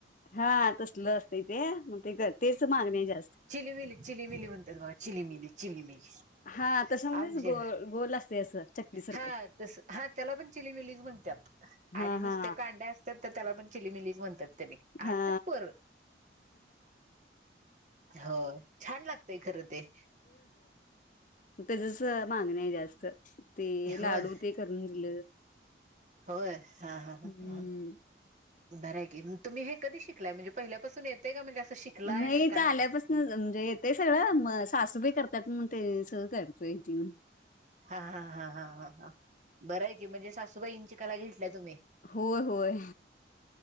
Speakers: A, on the left (about 45°); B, on the right (about 40°).
A: हा तसल असत ते. मग ते घर तेचं मागणी जा
B: चिली मिली. चिली मिली म्हणत्यात बघा. चिल मिली चिली मिली.
A: हा तशामध्येच
B: आमचे
A: गो गोल असते असं चकली सारखं
B: हा तस हा त्याला पण चिलीमीलीचं म्हणत्यात.
A: हा
B: आणि नुसत्या
A: हा
B: कांड्या असतात तर त्याला पण चिली मिलीच म्हणतात.
A: हा
B: आणत्यात पोरं. हो छान लागतय खरं ते.
A: त्याच्याच मागणी आहे जास्त. ते
B: होय
A: लाडू ते करून दिलं.
B: होय. हा हा हा
A: हम्म
B: हा बरय की. तुम्ही हे कधी शिकलाय म्हणजे पहिल्यापासून येते का म्हणजे असं शिकलाय
A: नाही
B: का
A: इथं
B: काय
A: आल्यापासन म्हणजे येतय सगळं म सासूबाई करतात. म्हणून ते सगळ करतोय इथ येऊन.
B: हा हा हा हा हा हा बराय की म्हणजे सासूबाईंची कला तुम्ही
A: होय होय